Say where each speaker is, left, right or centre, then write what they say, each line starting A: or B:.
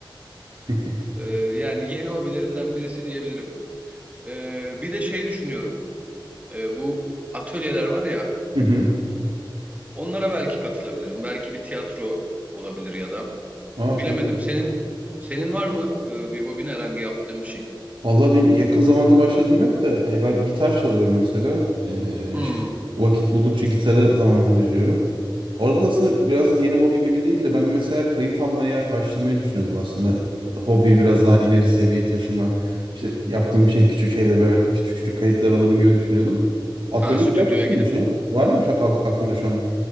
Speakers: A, on the right; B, on the right.
A: <laughs>
B: e, yani yeni hobilerimden birisi diyebilirim. E, bir de şey düşünüyorum. E, bu atölyeler var ya
A: Hı hı.
B: onlara belki katılabilirim. Belki bir tiyatro olabilir ya da.
A: Aa
B: Bilemedim.
A: çok iyi.
B: Senin senin var mı e, bir hobin herhangi yaptığın bir şey?
A: Valla benim yakın zamanda başladığım yok da e, ben gitar çalıyorum mesela. E,
B: Hmm.
A: şey, vakit buldukça gitara zaman harcıyorum. Orada da aslında biraz yeni hobi gibi değil de ben de mesela kayıt almaya başlamayı düşünüyordum aslında. Hobiyi biraz daha ileri seviyeye taşıma. İşte yaptığım şey küçük şeyde böyle küçük küçük kayıtlar alırım gibi düşünüyordum. Atölye
B: Ha stüdyoya
A: güzel fikirmiş
B: gidip.
A: ya. Var mı şu, ak- aklında şu an?